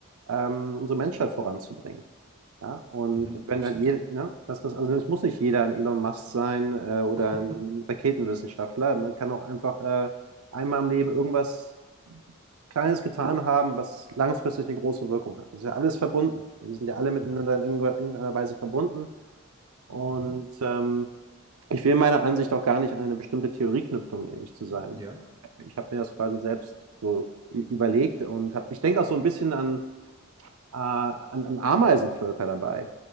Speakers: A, on the right; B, on the right.
A: ähm, unsere Menschheit voranzubringen. Ja? Und
B: Hm. mhm,
A: wenn
B: das
A: dann
B: stimmt.
A: jeder, ne, dass das, also es muss nicht jeder ein Elon Musk sein äh, oder
B: <laughs>
A: ein Raketenwissenschaftler. Man kann auch einfach äh, einmal im Leben irgendwas Kleines getan haben, was langfristig eine große Wirkung hat. Das ist ja alles verbunden. Wir sind ja alle miteinander
B: Mhm,
A: in irgendeiner irgendeiner Weise verbunden. Und
B: mhm,
A: ähm, ich will meiner Ansicht auch gar nicht an eine bestimmte Theorie knüpfen, um ehrlich zu sein.
B: ja,
A: Ich habe mir das quasi selbst so ü- überlegt und hab, ich denke auch so ein bisschen an äh, an, an Ameisenvölker dabei,